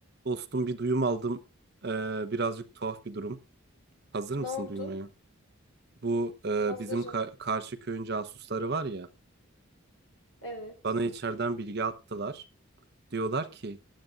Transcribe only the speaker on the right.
Dostum bir duyum aldım. Ee, birazcık tuhaf bir durum. Hazır
mısın
duymaya? Bu e,
bizim ka- karşı köyün casusları var ya.
Bana içeriden bilgi attılar. Diyorlar ki